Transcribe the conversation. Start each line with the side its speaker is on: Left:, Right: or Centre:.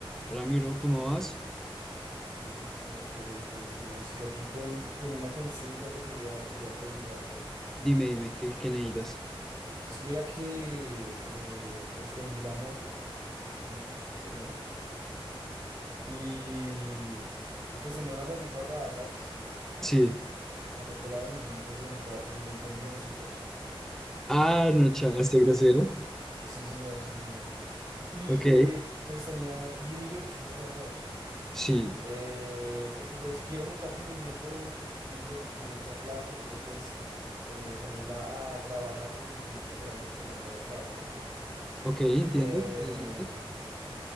Centre: Hola, miro, ¿cómo vas?
Right: Bien, excelente, bro. ¿Y tú qué más? Yo aquí con, con una consulta te quería, te quería preguntar, bro.
Centre: Dime, dime, ¿qué, qué necesitas?
Right: Es que mira que eh, pues vendí la moto, la motico que tenía, y, y pues tenía una plática ahorrada, ¿sabes?
Centre: Sí.
Right: La moto la vendí pues en, cua- en 20 milloncitos.
Centre: Ah, no, chao, este grosero.
Right: Sí, señor, sí, señor. Y
Centre: Ok,
Right: eh, pues tenía 10 milloncitos ahorrados.
Centre: sí.
Right: eh, porque pues quiero montar como un negocio, quiero invertir esa plata, quiero pues eh, ponerla a trabajar, como quien dice por ahí, que la plata trabaje por mí.
Centre: Ok, entiendo,
Right: Eh,
Centre: interesante.